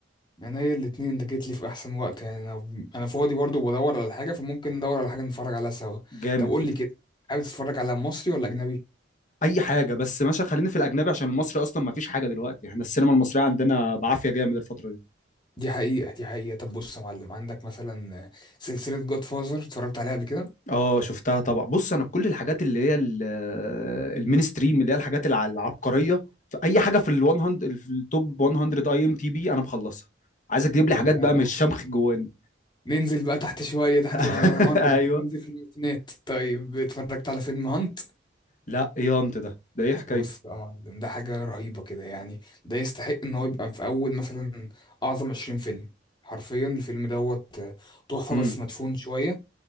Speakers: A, on the left; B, on the left.
A: يعني هي الاتنين انت جيت لي في احسن وقت يعني انا انا فاضي برضو وبدور على حاجه فممكن ندور على حاجه نتفرج عليها سوا
B: جامد
A: طب قول لي كده حابب تتفرج على مصري ولا اجنبي
B: اي حاجه بس ماشي خلينا في الاجنبي عشان المصري اصلا ما فيش حاجه دلوقتي احنا السينما المصريه عندنا بعافيه جامد الفتره دي
A: دي حقيقه دي حقيقه طب بص يا معلم عندك مثلا سلسله جود فازر اتفرجت عليها قبل كده
B: اه شفتها طبعا بص انا كل الحاجات اللي هي ال- المينستريم اللي هي الحاجات الع- العبقريه في اي حاجه في ال 100 في التوب 100 اي ام تي بي انا مخلصها عايزك تجيب لي
A: طب
B: حاجات
A: ده-
B: بقى مش شمخ جواني
A: ننزل بقى تحت شويه تحت
B: <laughs>
A: ال 100
B: ايوه
A: ننزل في الميتينات طيب اتفرجت على فيلم هانت
B: لا ايه انت ده ده ايه حكايته
A: بص بقى يا معلم ده حاجه رهيبه كده يعني ده يستحق ان هو يبقى في اول مثلا اعظم 20 فيلم حرفيا الفيلم دوت تحفه
B: امم
A: بس مدفون شويه